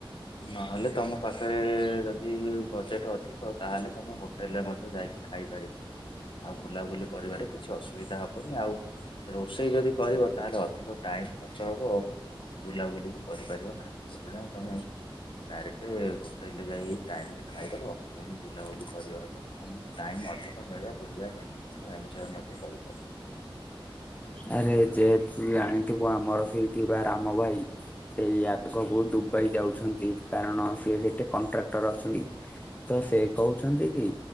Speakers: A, on the left (about 65°); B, on the left (about 15°).
A: ନହେଲେ ତମ ପାଖରେ ଯଦି ବଜେଟ ଅଧିକ ତାହେଲେ ତମ ହୁ ହୋଟେଲ ରେ ମଧ୍ୟ ଯାଇକି ଖାଇପାରିବ। ଆଉ ବୁଲାବୁଲି କରିବାରେ କିଛି ଅସୁବିଧା ହବନି ଆଉ ରୋଷେଇ ଯଦି କରିବ ତାହେଲେ ଅଧିକ ଟାଇମ୍ ଖର୍ଚ୍ଚ ହେବ ଆଉ ବୁଲାବୁଲି ବି କରିପାରିବ ନାହିଁ। ସେଥିପାଇଁ ତମେ ଡାଇରେକ୍ଟ ହୋଟେଲରେ ଯାଇ ଟାଇମ ରେ ଖାଇଦେବ ପୁଣି ବୁଲାବୁଲି କରିବ ହେଲେ ତମକୁ ଟାଇମ୍ ଅଧିକ ମିଳିବ ବୁଲିବା ପାଇଁ। ଏନଜୟ ମଧ୍ୟ କରିପାରିବ।
B: ଆରେ ଯେହେତୁ ଜାଣିଥିବୁ ଆମର ସେଇ ଥିବା ରାମ ଭାଇ। ସେଇ ଆଗକୁ ଦୁବାଇ ଯାଉଛନ୍ତି କାରଣ ସିଏ ସେଠି କଣ୍ଟ୍ରାକ୍ଟର ଅଛନ୍ତି। ତ ସେ କହୁଛନ୍ତି କି